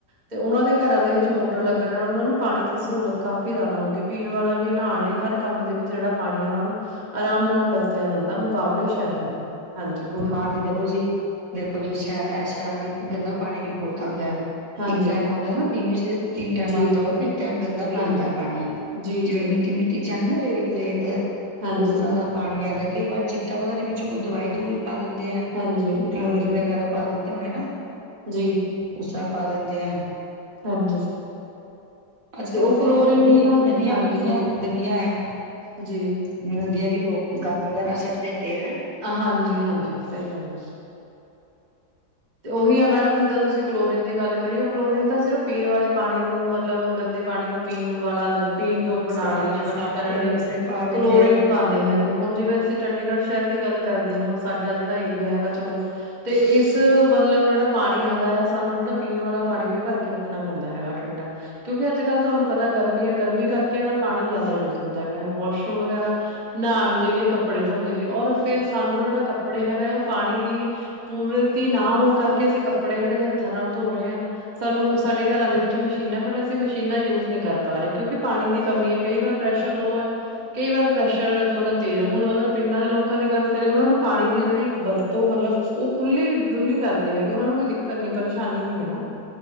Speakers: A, on the right; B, on the right.
A: ਤੇ ਉਹਨਾਂ ਦੇ ਘਰਾਂ ਦੇ ਵਿੱਚ ਮੋ ਮੋਟਰ ਲੱਗਣ ਨਾਲ ਉਹਨਾਂ ਨੂੰ ਪਾਣੀ ਦੀ ਸਹੂਲਤ ਕਾਫ਼ੀ ਜ਼ਿਆਦਾ ਹੁੰਦੀ ਪੀਣ ਵਾਲਾ ਵੀ ਨਹਾਣ ਲਈ ਹਰ ਕੰਮ ਦੇ ਵਿੱਚ ਜਿਹੜਾ ਪਾਣੀ ਆ ਉਹਨਾਂ ਨੂੰ ਆਰਾਮ ਨਾਲ ਵਰਤਿਆ ਜਾਂਦਾ ਮੁਕਾਬਲੇ ਸ਼ਹਿਰਾਂ ਦੇ ਹਾਂਜੀ ਬੋਲੋ
B: ਹਾਂਜੀ ਦੇਖੋ ਜੀ-ਦੇਖੋ ਜੀ ਸ਼ਹਿਰਾਂ ਹੈ ਸ਼ਹਿਰਾਂ ਵਿੱਚ ਤੇ ਗੰਦਾ ਪਾਣੀ ਵੀ ਬਹੁਤ ਆਂਦਾ ਹੈ
A: ਹਾਂਜੀ
B: ਇੱਕ ਟਾਈਮ ਆਂਦਾ ਨਾ ਦਿਨ ਵਿਚ ਤਿੰਨ ਟਾਈਮ
A: ਜੀ
B: ਆਂਦਾ ਹੋਵੇ ਟਾਈਮ ਗੰਦਾ ਵੀ
A: ਹਾਂਜੀ
B: ਆਂਦਾ ਪਾਣੀ
A: ਜੀ
B: ਜਿਵੇਂ
A: ਜੀ
B: ਮਿੱਟੀ-ਮਿੱਟੀ ਚ ਜਾਂਦੀ ਨਾ ਰੇਤ- ਰੇਤ
A: ਹਾਂਜੀ
B: ਉਸ ਤਰ੍ਹਾਂ ਦਾ ਪਾਣੀ ਆਂਦਾ ਕਈ ਵਾਰ ਚਿੱਟਾ ਪਤਾ ਨੀ ਪਿੱਛੋਂ ਕੋਈ ਦਵਾਈ ਦਵਉਈ ਪਾ ਦਿੰਦੇ ਆ
A: ਹਾਂਜੀ
B: ਕਲੋਰੀਨ
A: ਹਾਂਜੀ
B: ਵਗੈਰਾ ਪਾ ਦਿੰਦੇ ਹੋਣੇ ਨਾ
A: ਜੀ
B: ਉਸਰ੍ਹਾਂ ਪਾ ਦਿੰਦੇ ਆ
A: ਹਾਂਜੀ
B: ਅੱਜ
A: ਤੇ
B: ਕੱਲ੍ਹ
A: ਉਹ
B: ਤੁਸੀਂ
A: ਕਲੋਰੀਨ
B: ਦੇਖੋ ਨਦੀ
A: ਦਾ
B: ਨਦੀਆਂ
A: ਹਾਂਜੀ
B: ਵੀ ਕਿੰਨੀਆਂ
A: ਬੋਲੋ
B: ਗੰਦੀਆਂ ਹੈ
A: ਜੀ
B: ਨਦੀਆਂ ਵੀ ਲੋਕ ਗੰਦ ਵਗੈਰਾ ਸੁੱਟ ਦਿੰਦੇ ਹੈ
A: ਹਾਂਜੀ-ਹਾਂਜੀ ਸਹੀ ਗੱਲ ਹੈ ਤੇ ਉਹੀ ਆ ਮੈਡਮ ਜਿੱਦਾਂ ਤੁਸੀਂ ਕਲੋਰੀਨ ਕਰ ਰਹੇ ਹੋ ਕਲੋਰੀਨ ਤਾ ਸਿਰਫ ਪੀਣ ਵਾਲੇ ਪਾਣੀ ਨੂੰ ਮਤਲੱਬ ਗੰਦੇ ਪਾਣੀ ਨੂੰ ਪੀਣ ਵਾਲਾ ਪੀਣਯੋਗ ਬਣਾਉਣ
B: ਸਫਾ
A: ਲਈ ਸਵਸ਼
B: ਸਾਫ਼
A: ਕਰਨ ਲਈ
B: ਵਾਸਤੇ ਪਾ ਦਿੰਦੇ
A: ਕਲੋਰੀਨ
B: ਆ
A: ਪਾਂਦੇ ਹੈਗੇ ਹੁਣ ਜਿਵੇਂ ਅਸੀਂ ਚੰਡੀਗੜ੍ਹ ਸ਼ਹਿਰ ਦੀ ਗੱਲ ਕਰਦੇ ਹਾਂ ਹੁਣ ਸਾਡਾ ਜਿਹੜਾ ਏਰੀਆ ਹੈਗਾ ਚਲੋ ਤੇ ਇਸ ਮਤਲਬ ਜਿਹੜਾ ਪਾਣੀ ਆਂਦਾ ਹੈ ਸਾਨੂੰ ਜਿਹੜਾ ਪੀਣ ਵਾਲਾ ਪਾਣੀ ਵੀ ਭਰ ਕੇ ਰੱਖਣਾ ਪੈਂਦਾ ਹੈਗਾ ਠੰਡਾ ਕਿਉਂਕਿ ਅੱਜ ਕੱਲ੍ਹ ਤੁਹਾਨੂੰ ਪਤਾ ਗਰਮੀ ਹੈ ਗਰਮੀ ਕਰਕੇ ਜਿਹੜਾ ਪਾਣੀ ਜ਼ਿਆਦਾ ਯੂਜ ਹੁੰਦਾ ਹੈਗਾ ਵਾਸ਼ਰੂਮ ਵਗੈਰਾ ਨਾਹਾਣ ਦੇ ਲਈ ਕੱਪੜੇ ਧੋਣ ਦੇ ਲਈ ਔਰ ਫੇਿਰ ਸਾਨੂੰ ਜਿਹੜਾ ਕੱਪੜੇ ਹੈਗਾ ਹੈ ਉਹ ਪਾਣੀ ਦੀ ਪੂਰਤੀ ਨਾ ਹੋਣ ਕਰਕੇ ਅਸੀਂ ਕੱਪੜੇ ਜਿਹੜੇ ਹੱਥਾਂ ਨਾਲ ਧੋ ਰਹੇ ਹਾਂ ਸਾਨੂੰ ਸਾਡੇ ਘਰਾਂ ਦੇ ਵਿੱਚ ਮਸ਼ੀਨਾਂ ਬਟ ਅਸੀਂ ਮਸ਼ੀਨਾਂ ਯੂਜ ਨਹੀਂ ਕਰ ਪਾ ਰਹੇ ਕਿਉਂਕਿ ਪਾਣੀ ਦੀ ਕਮੀ ਕਈ ਵਾਰ ਪ੍ਰੈਸ਼ਰ ਲੋ ਐ, ਕਈ ਵਾਰ ਪ੍ਰੈਸ਼ਰ ਮਤਲਬ ਤੇਜ਼ ਹੁਣ ਅਗਰ ਪਿੰਡਾਂ ਦੇ ਲੋਕ ਲੋਕਾਂ ਦੀ ਗੱਲ ਕਰੀਏ ਉਹਨਾਂ ਨੂੰ ਪਾਣੀ ਦੀ ਜਿਹੜੀ ਵਰਤੋਂ ਮਤਲਬ ਉਹ ਖੁੱਲੀ ਡੁੱਲੀ ਕਰਦੇ ਐ ਉਹਨਾਂ ਨੂੰ ਕੋਈ ਦਿੱਕ ਤ ਨੀ ਪਰੇਸ਼ਾਨੀ ਨੀ ਐ ਨਾ,